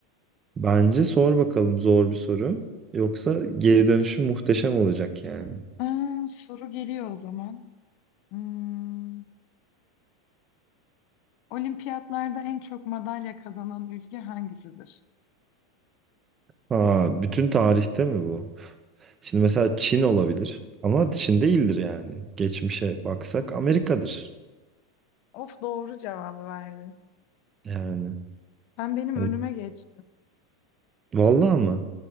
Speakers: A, on the right; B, on the left.
A: Bence sor bakalım zor bir soru. Yoksa geri dönüşüm muhteşem olacak yani.
B: Ee, soru geliyor o zaman. Hmm. Olimpiyatlarda en çok madalya kazanan ülke hangisidir?
A: Ha, bütün tarihte mi bu? Şimdi mesela Çin olabilir ama Çin değildir yani. Geçmişe baksak Amerika'dır.
B: Of doğru cevabı verdin.
A: Yani
B: Sen benim
A: hani
B: önüme geçtin.
A: Vallahi mı?